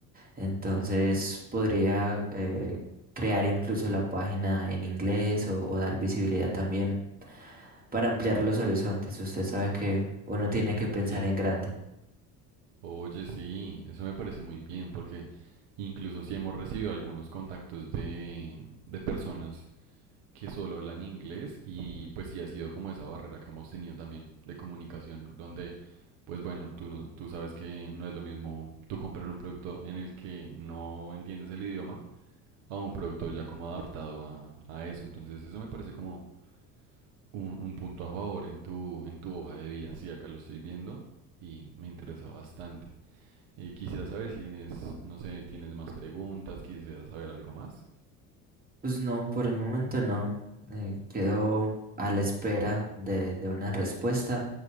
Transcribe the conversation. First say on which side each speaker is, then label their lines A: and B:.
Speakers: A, on the right (about 20°); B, on the right (about 65°).
A: entonces
B: Ujú,
A: podría eh, crear incluso la página en inglés o, o dar visibilidad también para ampliar los horizontes. Usted sabe que uno tiene que pensar
B: Sí.
A: en grande.
B: Oye, sí, eso me parece muy bien porque incluso si hemos recibido algunos contactos de, de personas que solo hablan inglés y pues sí ha sido como esa barrera que hemos tenido también de comunicación donde pues bueno, tú, no- tú sabes que no es lo mismo tú comprar un producto en el que no entiendes el idioma a un producto ya como adaptado a, a eso. Entonces eso me parece como un, un punto a favor en tu, en tu hoja de vida. Sí, acá lo estoy viendo y me interesa bastante. Eh, quisiera saber si tienes, no sé, tienes más preguntas, quisiera saber algo más.
A: Pues no, por el momento no. Eh, quedo a la espera de, de una respuesta.